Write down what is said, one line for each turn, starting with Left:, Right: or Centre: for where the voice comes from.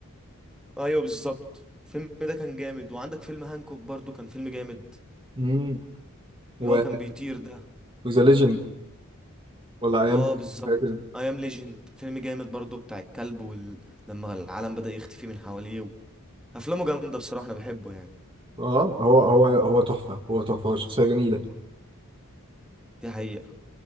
Centre: ايوه بالظبط الفيلم ده كان جامد وعندك فيلم هانكوك برضو كان فيلم جامد
Right: امم
Centre: اللي
Right: و
Centre: هو كان بيطير ده
Right: وذا ليجند ولا أيام
Centre: اه بالظبط
Right: حاجة كده
Centre: اي ام ليجند فيلم جامد برضو بتاع الكلب وال... لما العالم بدأ يختفي من حواليه و... افلامه جامده بصراحه انا بحبه يعني
Right: اه هو هو هو تحفة هو تحفة هو شخصية جميلة
Centre: دي حقيقه